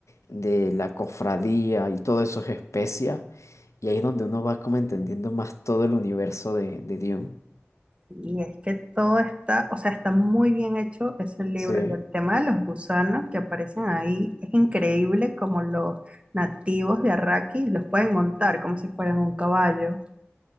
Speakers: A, on the left; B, on the right.
A: de la cofradía y todo eso es especia. Y ahí es donde uno va como entendiendo más todo el universo de, de Dune.
B: Y es que todo está, o sea, está muy bien hecho ese libro
A: Sí,
B: y el tema de los gusanos que aparecen ahí es increíble como los nativos de Arrakis los pueden montar como si fueran un caballo.